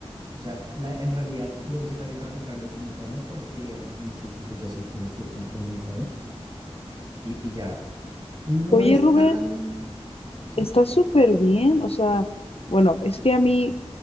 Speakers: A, on the right; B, on the left.
A: O sea, la- en realidad lo usé también para comprar los uniformes porque en este instituto sí tienes que ir como con uniforme y, y ya. No
B: Oye,
A: es
B: Rubén.
A: tan... Sí.
B: Está súper bien, o sea, bueno, es que a mí,